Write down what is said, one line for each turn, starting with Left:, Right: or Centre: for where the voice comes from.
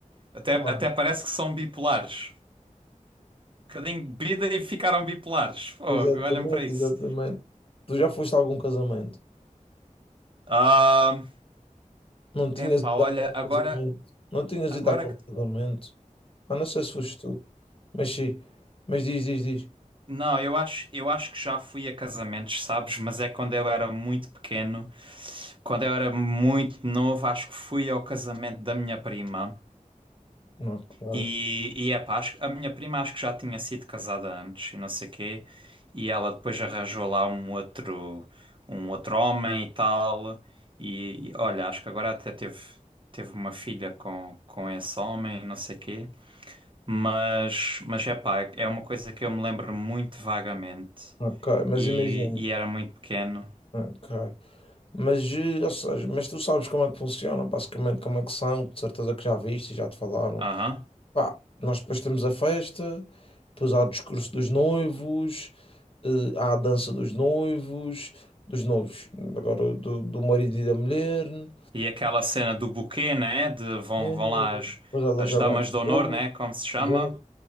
Right: Até,
Left: Claro,
Right: até parece que são bipolares. Um bocadinho de bebida e ficaram bipolares. Fogo,
Left: exatamente,
Right: olhem para isso.
Left: exatamente. Tu já foste a algum casamento?
Right: Ah,
Left: Não tinhas
Right: epá,
Left: ido
Right: olha,
Left: àquele
Right: agora,
Left: casamento? Não tinhas
Right: agora
Left: ido àquele
Right: que
Left: casamento? Ah, não sei se foste tu, mas sim, mas diz, diz, diz.
Right: Não, eu acho, eu acho que já fui a casamentos, sabes? Mas é quando eu era muito pequeno. Quando eu era muito novo, acho que fui ao casamento da minha prima.
Left: Ok,
Right: E, e é pá, acho, que- a minha prima acho que já tinha sido casada antes e não sei quê. E ela depois arranjou lá um outro, um outro homem e tal. E, e olha, acho que agora até teve, teve uma filha com, com esse homem, não sei quê. Mas, mas é pá, é uma coisa que eu me lembro muito vagamente
Left: ok, mas
Right: e,
Left: imagina,
Right: e era muito pequeno.
Left: ok. Mas, eh, ou seja, mas tu sabes como é que funciona, basicamente como é que são, de certeza que já viste, e já te falaram.
Right: Aham.
Left: Pá, nós depois temos a festa, depois há o discurso dos noivos, eh, há a dança dos noivos, dos noivos, agora do, do marido e da mulher, né?
Right: E aquela cena do buquê, né? De vão,
Left: Depois
Right: vão lá as,
Left: ela
Right: as
Left: joga
Right: damas
Left: as
Right: de honor,
Left: flores,
Right: né? Como se chama.
Left: já.